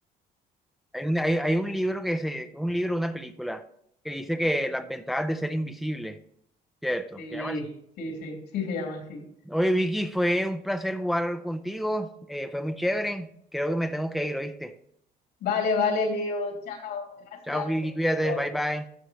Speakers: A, in the centre; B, on the left.
A: Hay un, hay, hay un libro que se, un libro, una película, que dice que las ventajas de ser invisible, ¿cierto?
B: Sí,
A: ¿Qué llamas?
B: sí, sí, sí se llama así.
A: Oye, Vicky, fue un placer jugar contigo, eh, fue muy chévere. Creo que me tengo que ir, ¿oíste?
B: Vale, vale, Leo. Chao. Gracias
A: Chao, Vicky,
B: por el
A: cuídate,
B: juego.
A: bye bye.